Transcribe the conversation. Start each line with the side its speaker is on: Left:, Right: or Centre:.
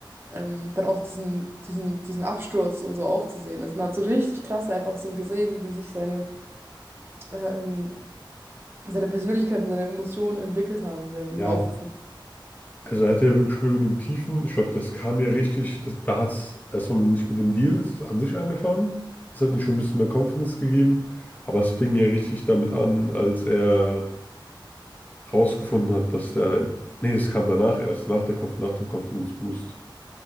Right: ähm, dann auch diesen, diesen, diesen Absturz und so auch zu sehen. Also man hat so richtig krass einfach so gesehen, wie sich seine, ähm, seine Persönlichkeit und seine Emotionen entwickelt haben während im
Left: Ja,
Right: Laufe von.
Left: Also er hatte ja wirklich Höhen und Tiefen. Ich glaube, das kam ja richtig, das, da hat es erstmal nicht mit dem Deal es an sich angefangen. Das hat ihm schon ein bisschen mehr Confidence gegeben. Aber es fing ja richtig damit an, als er rausgefunden hat, dass der, nee, das kam danach erst, nach der Conf, nach dem Confidence Boost,